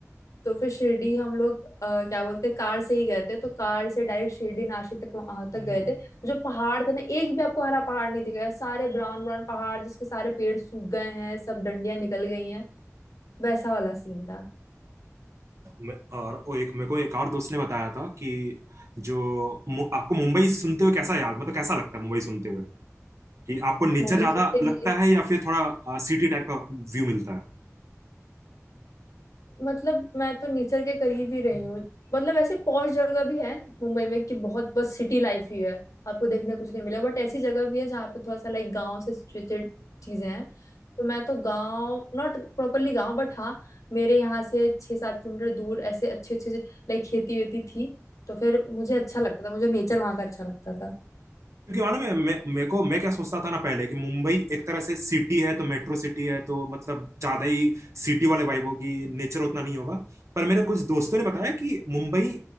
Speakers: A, on the left; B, on the right.
A: तो फिर शिरडी हम लोग अ, क्या बोलते हैं कार से ही गए थे तो कार से डायरेक्ट शिरडी नासिक तक वहां तक गए थे तो जो पहाड़ थे ना एक भी आपको हरा पहाड़ नहीं दिखेगा सारे ब्राउन ब्राउन पहाड़ जिसके सारे पेड़ सूख गए हैं सब डंडियां निकल गई हैं वैसा वाला सीन था
B: मैं- और वो एक मेरे को एक और दोस्त ने बताया था कि जो मु- आपको मुंबई सुनते हुए कैसा याद मतलब कैसा लगता है मुंबई सुनते हुए कि आपको नेचर
A: मोमो
B: ज्यादा
A: चिप्स
B: लगता है या फिर थोड़ा सिटी टाइप का व्यू मिलता है
A: मतलब मैं तो नेचर के करीब ही रही हूँ मतलब ऐसे पॉश जगह भी है मुंबई में कि बहुत बस सिटी लाइफ ही है आपको देखने को कुछ नहीं मिला बट ऐसी जगह भी है जहाँ पे थोड़ा सा लाइक गांव से सिचुएटेड चीजें हैं तो मैं तो गांव नॉट प्रॉपरली गांव बट हाँ मेरे यहाँ से छः सात किलोमीटर दूर ऐसे अच्छे अच्छे लाइक खेती वेती थी तो फिर मुझे अच्छा लगता था मुझे नेचर वहाँ का अच्छा लगता था
B: क्योंकि मालूम है मैं मेरे को मैं क्या सोचता था ना पहले कि मुंबई एक तरह से सिटी है तो मेट्रो सिटी है तो मतलब ज्यादा ही सिटी वाले वाइब होगी नेचर उतना नहीं होगा पर मेरे कुछ दोस्तों ने बताया कि मुंबई